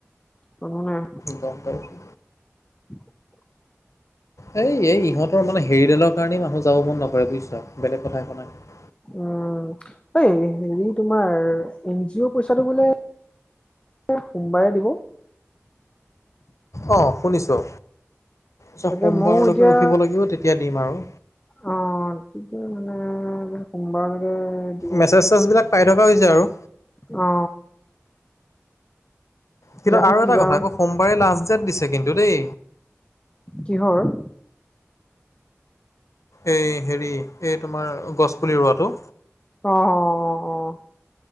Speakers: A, on the left; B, on the left.
A: কোনো নাই।
B: গম পাইছোঁ।
A: <unintelligible>
B: হেই এই ইহঁতৰ মানে হেৰিডালৰ কাৰণেই মানুহ যাব মন নকৰে বুইছ। বেলেগ কথা একো নাই।
A: উম এই হেৰি তোমাৰ এন জি অ' পইচাটো বোলে <unintelligible> সোমবাৰে দিব।
B: অ, শুনিছো। ছ
A: তাকে
B: সোমবাৰলৈকে
A: ময়ো এতিয়া
B: ৰখিব লাগিব তেতিয়া দিম আৰু।
A: অ তেতিয়া মানে সোমবাৰলৈকে দিব
B: মেছেজ-চেছবিলাক পাই থকা হৈছে আৰু।
A: অ।
B: কিন্তু
A: জানো
B: আৰু
A: কি
B: এটা
A: বা
B: কথা।
A: হয়
B: আকৌ সোমবাৰে লাষ্ট ডেট দিছে কিন্তু দেই।
A: কিহৰ?
B: এই হেৰি এই তোমাৰ গছপুলি ৰোৱাটো।
A: অ-অ-অ-অ